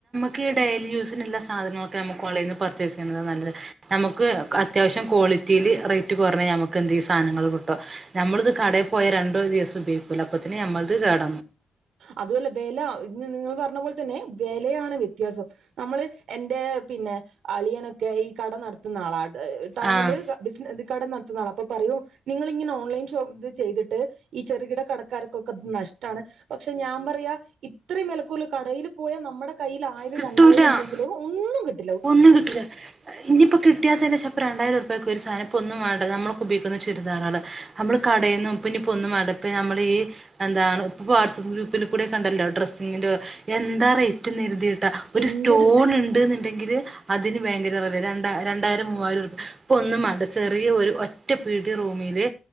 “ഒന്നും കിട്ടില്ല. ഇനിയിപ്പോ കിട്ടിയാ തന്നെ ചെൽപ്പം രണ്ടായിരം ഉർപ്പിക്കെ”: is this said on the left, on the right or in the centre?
Right